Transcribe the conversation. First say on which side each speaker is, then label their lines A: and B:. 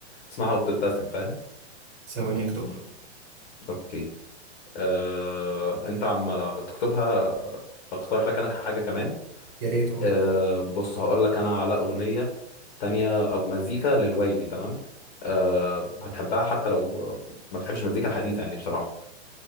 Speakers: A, on the left; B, on the right.
A: تسمعها وبتبتسم فاهم
B: ثواني اكتبها
A: اوكي آه، انت عم تكتبها هقترح لك انا حاجه كمان
B: يا ريت اه
A: آه، بص هقول لك انا على اغنيه تانية او مزيكا للويلي تمام آه، هتحبها حتى لو ما بتحبش المزيكا الحديثه يعني بصراحه